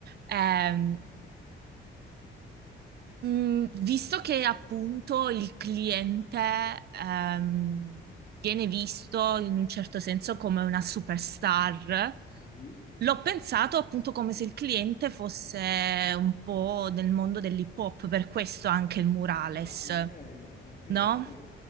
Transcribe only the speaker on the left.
Mhm.
Ah, ok, ok,
ok.